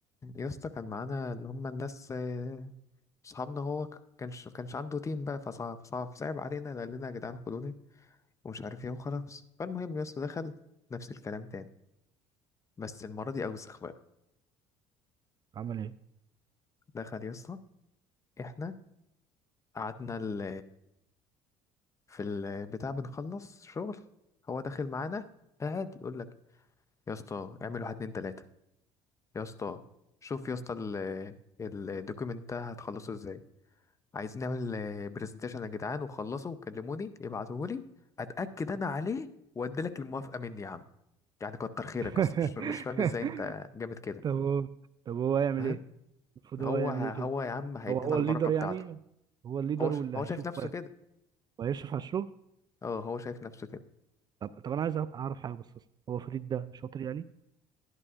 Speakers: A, on the left (about 25°); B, on the right (about 35°).
A: يا اسطى كان معانا اللي هم الناس آه، صحابنا هو ك- كانش كانش عنده تيم بقى فصعب صعب صعب علينا قال لنا يا جدعان خدوني ومش عارف ايه وخلاص فالمهم يا اسطى دخل نفس الكلام تاني بس المرة دي أوسخ بقى
B: عمل ايه
A: دخل يا اسطى احنا قعدنا ال في البتاع بنخلص شغل هو داخل معانا قاعد يقول لك يا اسطى اعمل واحد اتنين تلاتة يا اسطى شوف يا اسطى ال الدوكيمنت ده هتخلصه ازاي عايزين نعمل برزنتيشن يا جدعان وخلصوا وكلموني ابعتوهولي اتاكد انا عليه وادي لك الموافقه مني يا عم يعني كتر خيرك
B: <laughs>
A: اصلا مش فا- مش فاهم ازاي انت جامد كده
B: طب هو طب هو هيعمل
A: فاهم
B: ايه المفروض
A: هو
B: هو هيعمل
A: هو
B: ايه كده
A: يا عم هيدينا
B: هو هو
A: البركه
B: الليدر
A: بتاعته
B: يعني هو الليدر
A: هو ش...
B: واللي
A: هو
B: هيشوف
A: شايف نفسه
B: و-
A: كده
B: وهيشرف على الشغل
A: اه هو شايف نفسه كده
B: طب طب انا عايز اعرف حاجه بس بس. هو فريد ده شاطر يعني